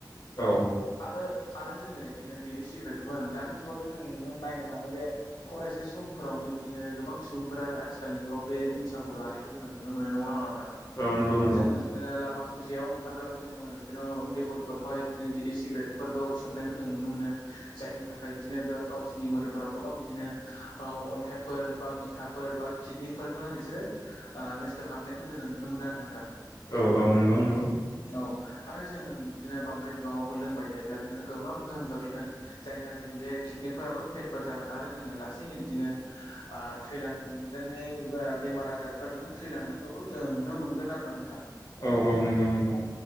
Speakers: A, on the left (about 55°); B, on the left (about 80°).
A: औ
B: आरो। आरो जोङो इदिनो बिरि सिगारेटखौबो होन दानि जुगावथ' जों नुनो नायनो थाङो जे फरायसा समफोरावनो बिदिनो गोबां सुबुंफोरा आथिखालनि जुगाव बे निसाखौ लानायखौ जोङो नुनो मोनो नंगोना नङा नोंथां?
A: औ नंगौ नंगौ।
B: जोङो बिदिनो लामा ससेयाव ओंखारब्लाबो जोङो इदिनो उन्दै गथ'फोर खहाय बिदिनो बिरि सिगारेटफोरखौ सोबनायखौ जों नुनो मोनो। जायनि थाखाय बिदिनो बो गावसोरनि मोदोमफोराव गोबां बिदिनो आ अन्थाइफोर बा बिखा फोर बा किडनिकफोरखौनो बिसोरो ओ नस्थ' खालामनायखौ जोङो नुनो मोनो आरो नोंथां।
A: औ औ नंगौ नंगौ।
B: औ आरो जों बिदिनो बांद्राय बिबाङावबो लोंबाय थायोब्ला बिदिनो गोबां गोहोम गोग्लैगोन। जायनि थाखाय जोंनि बे किकनिकफोराबो फेल फोर जागोन आरो जोङो लासैनो बिदिनो आ थैलांगोन अयै बेमार आजार बेफोरजोंनो थैलांनायखौबो जोङो नुनो मोनगोन आरो ना नोंथां।
A: औ औ नंगौ नंगौ।